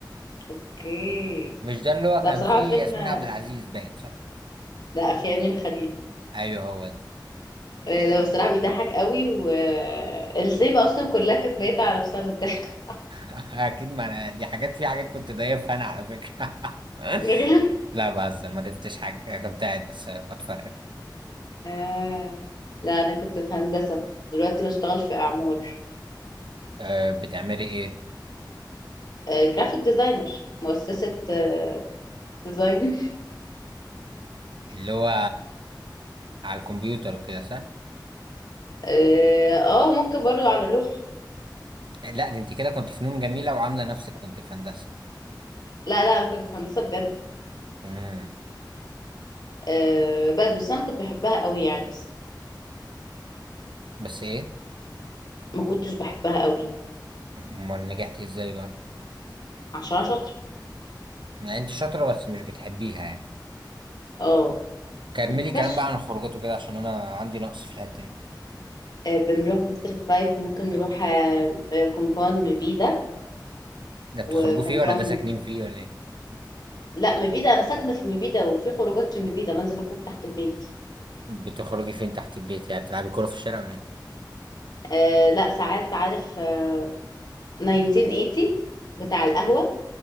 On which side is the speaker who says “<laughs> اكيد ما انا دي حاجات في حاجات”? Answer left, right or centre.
Right